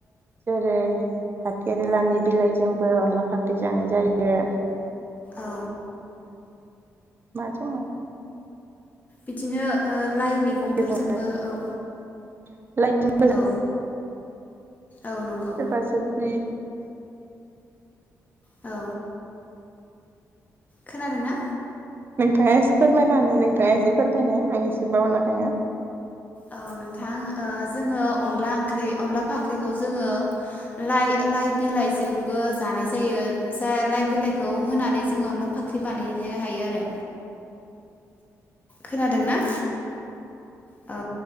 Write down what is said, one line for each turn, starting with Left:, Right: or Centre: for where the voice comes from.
Right: जेरै भाद केरेलानि बिलाइजोंबो अनला फाख्रि जानाय जायो अनला
Left: औ
Right: माजों माजों।
Left: बिदिनो ओ लाइ मैगंफोरजोंबो
Right: जों
Left: औ
Right: <unintelligible>
Left: औ औ नंगौ
Right: सोरबा सोरबि
Left: औ खोनादों ना?
Right: नोंथाङा एसे फोरमायनानो नोंथाङा एसे फोरमायनाय आं एसे बावना दोङो।
Left: औ नोंथां ओ जोङो अनला ओंख्रि। अनला फाख्रिखौ जोङो लाइ लाइ बिलाइजोंबो जानाय जायो जा लाइ बिलाइखौ होनानै जोङो अनला फाख्रि बानायनो हायो आरो। खोनादोंना?
Right: औ
Left: औ।